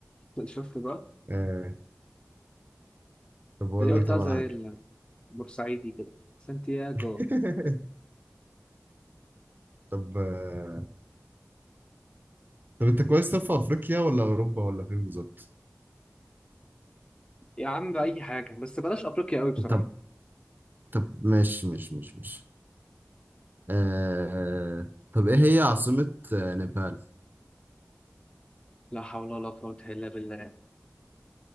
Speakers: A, on the left; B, on the right.
A: <laughs> شفت بقى
B: آه طب أقول
A: تلاقي قلتها
B: لك طب
A: زي
B: على حاجة
A: البورسعيدي كده سانتياغو
B: <laughs> طب آه طب أنت كويس طب في أفريقيا ولا أوروبا ولا فين بالظبط؟
A: يا عم اي حاجه بس بلاش افريقيا قوي بصراحه
B: طب طب ماشي ماشي ماشي ماشي آه طب إيه هي عاصمة آه، نيبال؟
A: لا حول ولا قوه الا بالله